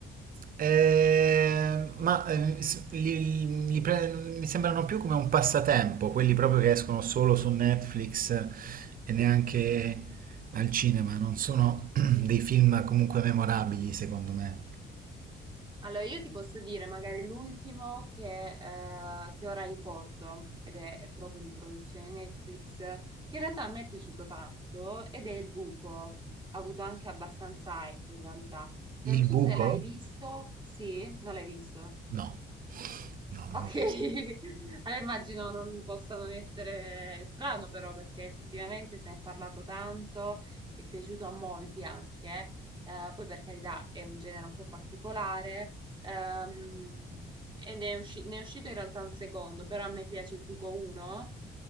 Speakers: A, on the right; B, on the right.
A: Eh, ma eh, s- li- li pre- mi sembrano più come un passatempo, quelli proprio che escono solo su Netflix e neanche al cinema, non sono <clears throat> dei film comunque memorabili, secondo me.
B: Allora, io ti posso dire magari l'ultimo che, eh, che ora ricordo, ed è, è proprio di produzione Netflix, che in realtà a me è piaciuto tanto, ed è Il Buco. Ha avuto anche abbastanza hype in realtà. Non
A: Il
B: so
A: buco?
B: se l'hai visto. Sì? Non l'hai visto?
A: No, no, non
B: Ok,
A: l'ho
B: <laughs>
A: visto.
B: allora immagino non possa non essere strano però perché effettivamente se ne è parlato tanto, è piaciuto a molti anche, eh, poi per carità è un genere un po' particolare ehm, e ne è, usci- ne è uscito in realtà un secondo, però a me piace il buco 1